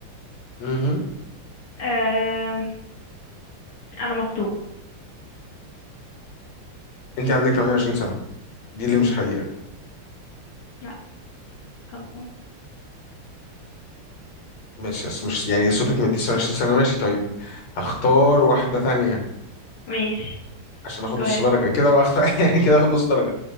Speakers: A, on the left (about 85°); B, on the left (about 65°).
A: مهم.
B: أم... انا مخطوبة
A: أنت عندك 28 سنة دي اللي مش حقيقة
B: لا غلطان
A: ماشي أصل مش يعني صوتك ما يديش 28 سنة ماشي طيب هختار واحدة تانية
B: ماشي
A: عشان اخد
B: go
A: نص
B: ahead
A: درجه كده بقى <laughs> يعني كده اخد نص درجه